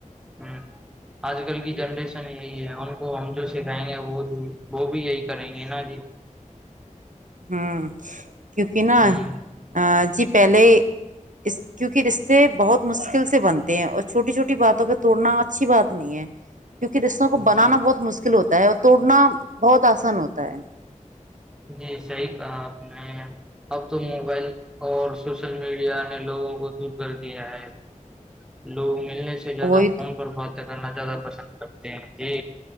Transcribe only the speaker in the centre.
ہ آج کل کی جنریشن یہی ہے ان کو ہم جو سکھائیں گے وہ وہ بھی یہی کریں گے نا جی
ہ
جی
جی صحیح کہا آپ نے اب تو م موبائل اور سوشل میڈیا لوگوں کو دور کر دیا ہے لوگوں ملنے سے زیادہ
فون پر باتیں کرنا زیادہ پسند کرتے ہیں جی